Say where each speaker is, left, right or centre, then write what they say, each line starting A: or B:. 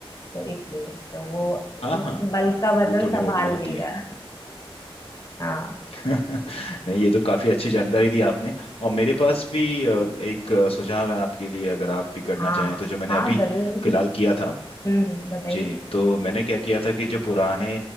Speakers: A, on the left; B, on the left.
A: तो इसलिए तो वो
B: हाँ
A: उस
B: हाँ
A: बल का वजन
B: वो थोड़ी
A: संभाल
B: मोटी होती
A: लेगा
B: है
A: हाँ
B: <laughs> नहीं ये तो काफी अच्छी जानकारी दी आपने और मेरे पास भी अ, एक अ, सुझाव है आपके लिए अगर आप भी करना
A: हाँ
B: चाहें तो जो मैंने
A: हाँ
B: अभी
A: जरूर
B: फिलहाल किया था
A: हम्म हम्म, बताइए
B: जी तो मैंने क्या किया था कि जो पुराने